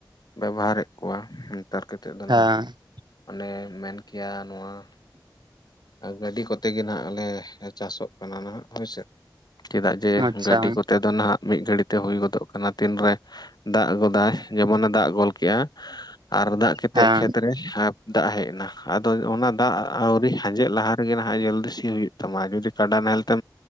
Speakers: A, on the left; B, on the right.
A: ᱵᱮᱵᱚᱦᱟᱨᱮᱫ ᱠᱚᱣᱟ᱾ ᱱᱮᱛᱟᱨ ᱠᱟᱛᱮᱫ ᱫᱚ ᱱᱟᱦᱟᱜ
B: ᱦᱮᱸ
A: ᱚᱱᱮ ᱢᱮᱱ ᱠᱮᱭᱟ᱾ ᱱᱚᱣᱟ ᱜᱟᱹᱰᱤ ᱠᱚᱛᱮ ᱜᱮ ᱱᱟᱦᱟᱜ ᱞᱮ ᱪᱟᱥᱚᱜ ᱠᱟᱱᱟ ᱱᱟᱜ ᱦᱳᱭᱥᱮ᱾ ᱪᱮᱫᱟᱜ ᱡᱮ,
B: ᱟᱪᱪᱷᱟ
A: ᱜᱟᱹᱰᱤ ᱠᱚᱛᱮ ᱱᱟᱦᱟᱜ ᱢᱤᱫ ᱜᱷᱟᱹᱲᱤ ᱛᱮ ᱦᱩᱭ ᱜᱚᱫᱚᱜ ᱠᱟᱱᱟ᱾ ᱛᱤᱱ ᱨᱮ ᱫᱟᱜ ᱜᱚᱫᱟᱭ ᱡᱮᱢᱚᱱ ᱫᱟᱜ ᱜᱚᱫ ᱠᱮᱫᱮᱜᱼᱟ ᱟᱨ ᱫᱟᱜ ᱠᱟᱛᱮᱫ
B: ᱦᱮᱸ
A: ᱠᱷᱮᱛ ᱨᱮ ᱫᱟᱜ ᱦᱮᱡ ᱮᱱᱟ᱾ ᱟᱫᱚ ᱚᱱᱟ ᱫᱟᱜ ᱟᱹᱣᱨᱤ ᱟᱡᱮᱫ ᱞᱟᱦᱟ ᱨᱮᱜᱮ ᱱᱟᱦᱟᱜ ᱡᱚᱞᱫᱤᱥᱤ ᱦᱩᱭᱩᱜ ᱛᱟᱢᱟ᱾ ᱡᱩᱫᱤ ᱠᱟᱰᱟ ᱱᱟᱦᱮᱞ ᱛᱮ